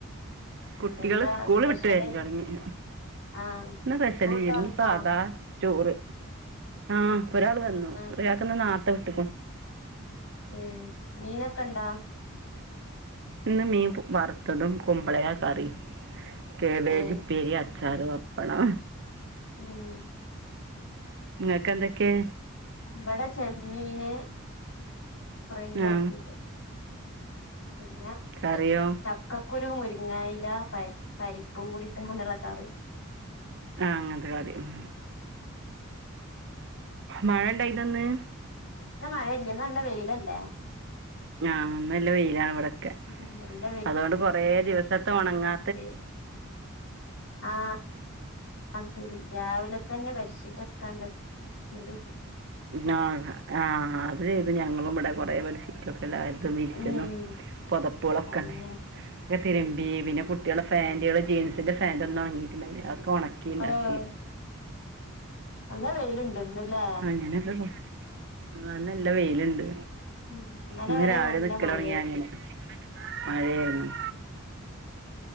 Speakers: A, on the right; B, on the left.
A: കുട്ടികള്
B: എന്താ
A: സ്കൂള്
B: സ്പെഷ്യല്
A: വിട്ട് വെര് <unintelligible> തെടങ്ങിന്
B: ആഹ്
A: ഇന്ന് പേസല്
B: സ്കൂളിട്ട്
A: ഇല്ലെനു
B: വന്നോ
A: സാധാ ചോറ്. ആഹ് ഒരാള് വെര്ന്നു
B: ആഹ്
A: ഒരാക്ക് ഇന്ന് നാട്ട കെട്ടി കൊ
B: ലെ മീനൊക്കെ ഇണ്ടാ?
A: ഇന്ന് മീൻ പെ വറ്ത്തതും കുമ്പളങ്ങ്യാ കറിയും ക്യയാവേജ്
B: ഏഹ്
A: ഉപ്പേരി അ ചാറ് പപ്പണം.
B: ഉം
A: ഇങ്ങക്ക് എന്തൊക്ക്യേ?
B: ഇവടെ ചെമ്മീന് ഫ്രൈ
A: ആ
B: ആക്കിയത്. പിന്നെ
A: കറിയോ
B: എഹ് ച ക്ക കുരു മുരിങ്ങായിലാ പരി പരിപ്പും കൂടി ഇണ്ട് ഒള്ളാ കറി.
A: ആഹ് അങ്ങൻത്തെ കറിയും. മഴ ഇണ്ടായിനോ ഇന്ന്?
B: ഇന്ന് മഴ ഇല്ല ഇന്ന് നല്ല വെയ്ലല്ലെ?
A: ആഹ് ഇന്ന് നല്ല വെയിലാണ് ഇവടൊക്കെ
B: ഉം നല്ല
A: അതോണ്ട് കൊറേ ദിവസത്തെ ഒണങ്ങാ
B: ത് ആഹ് ആഹ് തരും രാവിലെ തന്നെ ബെഡ്ഷീറ്റൊക്കാണ്ട് തിരുമ്പി
A: <unintelligible> ആഹ് അത് ചെയ്ത് ഞങ്ങളും ഇവടെ കൊറെ ബെഡ്ഷീറ്റ് എല്ലാര്തും വിരിക്കുന്ന
B: ഉം
A: പൊതപ്പള് ഒക്കേണ്ടാര്ന്നു
B: അതന്നെ
A: ക്കെ തിര്മ്പി പിന്നെ കുട്ടികള്ടെ ഫാന്റ്കള് ജീൻസിന്റെ ഫാൻ്റ് ഒന്നും ഒണങ്ങിയിട്ട് ഇണ്ടായിര്ന്നില്ല അതൊക്കെ ഒണക്കി ഇണ്ടാക്കി
B: ആഹ് നല്ല വെയില് ഇണ്ട്ന്നില്ലേ
A: <unintelligible> ആഹ് നല്ല വെയ്ല്ണ്ട്
B: ഉം ഇന്നലെ
A: ഇന്ന്
B: വരെ
A: രാവിലെ
B: നല്ല
A: നിക്കല്
B: മഴയായിരുന്നു
A: തൊടങ്ങിയാ അങ്ങനെ മഴയാരുന്നു